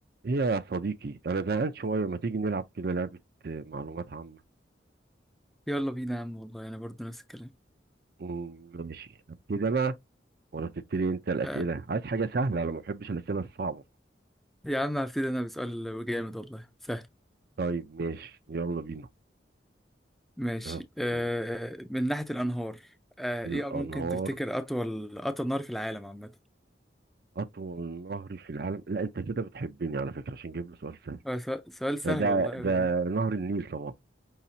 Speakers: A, on the right; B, in the centre.
A: ايه يا صديقي انا زهقان شويه ما تيجي نلعب كده لعبه آه، معلومات عامه
B: يلا بينا يا عم والله انا برضه نفس الكلام
A: أمم، ماشي ابتدي انا ولا تبتدي انت الاسئله
B: آه
A: عايز حاجه سهله انا ما بحبش الاسئله الصعبه
B: يا عم هبتدي انا بسؤال جامد والله سهل
A: طيب ماشي يلا بينا
B: ماشي
A: أه.
B: آه
A: أمم.
B: من ناحية الانهار آه
A: الانهار
B: ايه ممكن تفتكر اطول اطول نهر في العالم عامة
A: اطول نهر في العالم لا انت كده بتحبني على فكره عشان جايب لي سؤال سهل
B: آه سؤال سؤال سهل
A: ده ده
B: والله أوي
A: ده
B: يعني.
A: نهر النيل طبعا